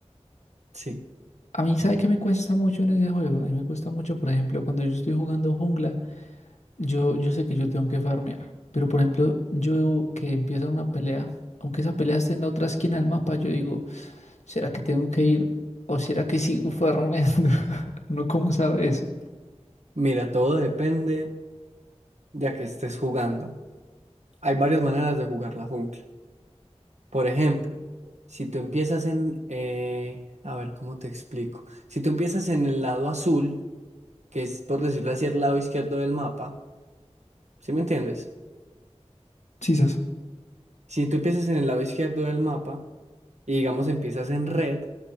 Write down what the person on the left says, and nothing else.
A mí, ¿sabe qué me cuesta mucho en ese juego? A mí me cuesta mucho, por ejemplo, cuando yo estoy jugando jungla, yo, yo sé que yo tengo que farmear. Pero, por ejemplo, yo que empiezan una pelea, aunque esa pelea esté en la otra esquina del mapa, yo digo... ¿Será que tengo que ir o será que sigo farmeando? <laughs> ¿Uno cómo sabe eso?
Sí, eso.